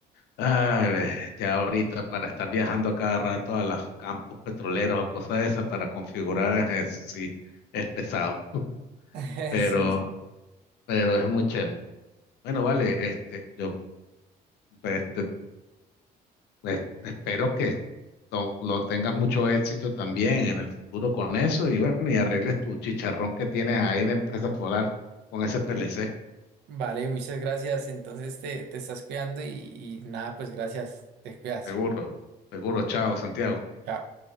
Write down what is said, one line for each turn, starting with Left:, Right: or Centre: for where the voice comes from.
Left: ay, ve, ya ahorita para estar viajando a cada rato a los campos petroleros o cosas de esas para configurar, eso sí, es pesado, <laughs>
Right: <laughs>
Left: pero,
Right: Sí.
Left: pero es muy chévere. Bueno, vale, este, yo este, es- espero que no- lo tengas mucho éxito también en el futuro con eso y bueno, y arregles tu chicharrón que tienes ahí en Empresa Solar con ese PLC.
Right: Vale, muchas gracias. Entonces te, te estás cuidando y, y nada, pues gracias, te cuidas.
Left: Seguro, seguro. Chao, Santiago.
Right: Chao.